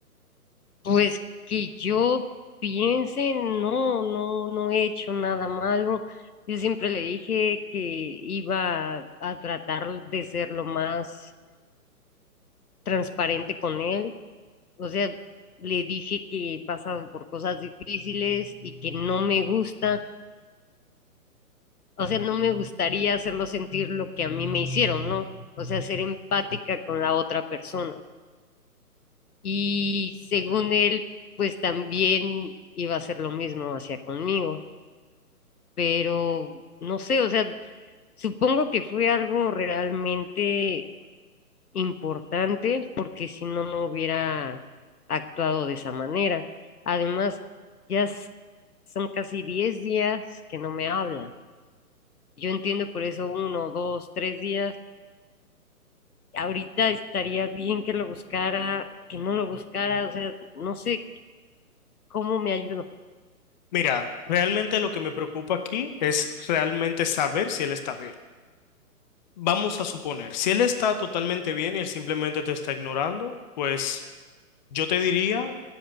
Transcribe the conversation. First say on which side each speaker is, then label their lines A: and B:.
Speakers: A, on the left; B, on the left.
A: Pues que yo piense, no, no, no he hecho nada malo. Yo siempre le dije que iba a tratar de ser lo más transparente con él o sea, le dije que he pasado por cosas difíciles y que no me gusta, o sea, no me gustaría hacerlo sentir lo que a mí me hicieron, ¿no? O sea, ser empática con la otra persona. Y según él, pues también iba a hacer lo mismo hacia conmigo, pero no sé, o sea, supongo que fue algo realmente importante porque si no, no hubiera actuado de esa manera. Además, ya s- son casi 10 días que no me habla. Yo entiendo por eso uno, dos, tres días. Ahorita estaría bien que lo buscara, que no lo buscara, o sea, no sé cómo me ayudo.
B: Mira, realmente lo que me preocupa aquí es realmente saber si él está bien. Vamos a suponer, si él está totalmente bien y él simplemente te está ignorando, pues yo te diría,